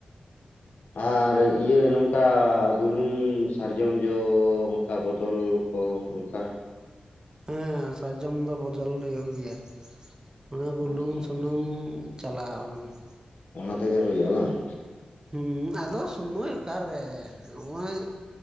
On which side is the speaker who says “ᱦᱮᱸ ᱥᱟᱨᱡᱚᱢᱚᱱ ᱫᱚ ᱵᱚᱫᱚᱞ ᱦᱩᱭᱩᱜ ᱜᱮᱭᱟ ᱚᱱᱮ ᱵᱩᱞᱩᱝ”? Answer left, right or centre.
Right